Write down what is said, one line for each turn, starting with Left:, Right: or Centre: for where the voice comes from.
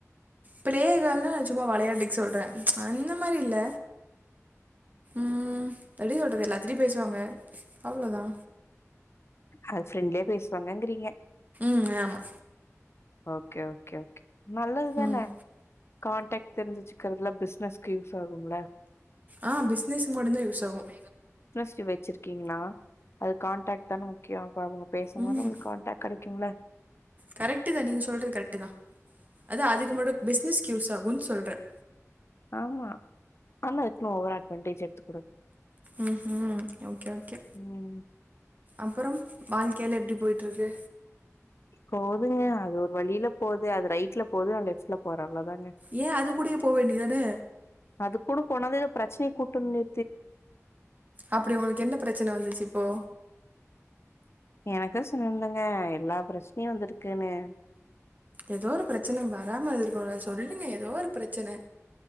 Right: பிளே கேள்னா சும்மா வெளயாட்டுக்கு சொல்றன் அந்த மாரி இல்ல ம் எப்டி சொல்றது எல்லாத் திரி பேசுவாங்க அவ்ளோதா
Left: ஆ ஃப்ரண்ட்லியா பேசுவாங்கங்கிறீங்க
Right: ம் ஆமா
Left: ஓகே ஓகே ஓகே நல்லது தான
Right: ம்
Left: காண்டக்ட் தெரிஞ்சி வச்சிக்கிறதுல பிசினஸ்கு யூஸ் ஆகும்ல
Right: ஆ பிஸ்னஸ் மட்டு தான் யூஸ் ஆகும்
Left: சி வச்சிருக்கீங்களா அது கான்டக்ட் தான முக்கியம் இப்ப அவுங்க பேசம்போது
Right: ம்
Left: அவுங்களுக்கு காண்டக்ட் கடை கும்ல
Right: கரெக்ட்டு தா நீங்க சொல்றது கரெட்டு தா அதா அதுக்கு மட்டும் பிஸ்னஸ்க்கு யூஸ் ஆகும் சொல்றன்
Left: ஆமா ஆனா இப்ப ஓவர் ஆக்ட் பண்டிஜர் த்துக்கட
Right: ம் ம் ஓகே ஓகே
Left: ம்.
Right: அப்புறோ வாழ்கையில எப்பிடி போய் ட்ருக்கு
Left: போதுங்க அது ஒரு வழியில போது அது ரைட்ல போது நா லெஃப்ட்ல போறே அவ்ளதாங்க
Right: ஏ அது கூடயே போ வேண்டியதானே
Left: அது கூட போனது பிரச்சனை கூட்டுனி
Right: அப்பிடி உங்களுக்கு என்ன பிரச்சன வந்துச்சி இப்போ
Left: எனக்க சொன்ன இல்லங்க எல்லா பிரச்சனையு வந்துருக்குன்னு
Right: ஏதோ ஒரு பிரச்சன வராம அது இருக்கனுல்ல சொல்லி எதோ ஒரு பிரச்சன